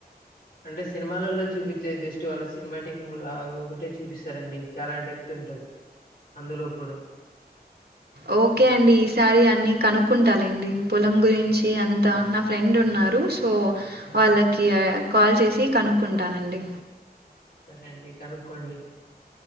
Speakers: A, on the left; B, on the right.
A: అంటే సినిమాలలో చూపించే జస్ట్ వాళ్ళు సినిమాటిక్ లాగ ఒకటే చూపిస్తారండి చాలా డెప్త్ ఉంటది అందులో కూడా
B: ఓకే అండి ఈసారి అన్ని కనుక్కుంటాలెండి పొలం గురించి అంతా నా ఫ్రెండున్నా రు సో వాళ్ళకి
A: హ్మ్.
B: ఆ కాల్ చేసి కనుక్కుంటానండి
A: ఉమ్ సరే అండి కనుక్కోండి